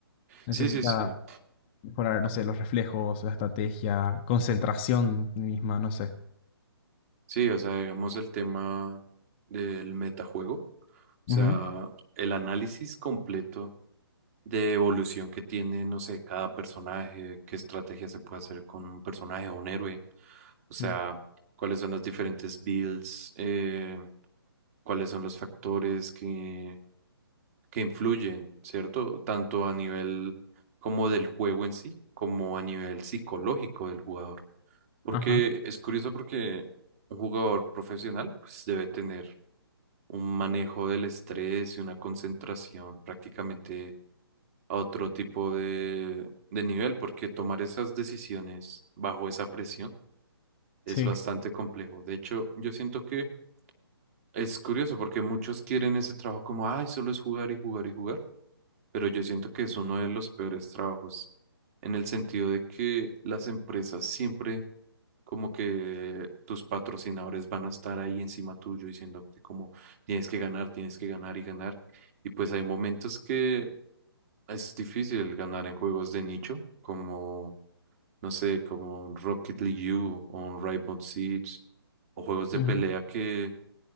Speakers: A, on the left; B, on the right.
A: Necesita
B: Sí, sí, sí.
A: mejorar, no sé, los reflejos, la estrategia, concentración misma, no sé.
B: Sí, o sea, digamos el tema del metajuego, o sea,
A: Ujú.
B: el análisis completo de evolución que tiene, no sé, cada personaje, qué estrategia se puede hacer con un personaje o un héroe, o sea,
A: Sí.
B: cuáles son las diferentes builds, eh, cuáles son los factores que, que influyen, ¿cierto? Tanto a nivel como del juego en sí, como a nivel psicológico del jugador. Porque
A: Ajá,
B: es curioso porque un jugador profesional pues, debe tener un manejo del estrés y una concentración prácticamente a otro tipo de, de nivel, porque tomar esas decisiones bajo esa presión es
A: sí,
B: bastante complejo. De hecho, yo siento que es curioso porque muchos quieren ese trabajo como, ay, solo es jugar y jugar y jugar, pero yo siento que es uno de los peores trabajos en el sentido de que las empresas siempre como que tus patrocinadores van a estar ahí encima tuyo diciéndote como tienes que ganar, tienes que ganar y ganar. Y pues hay momentos que es difícil ganar en juegos de nicho, como, no sé, como un Rocket League U o un Rainbow Six o juegos de
A: ujú,
B: pelea que,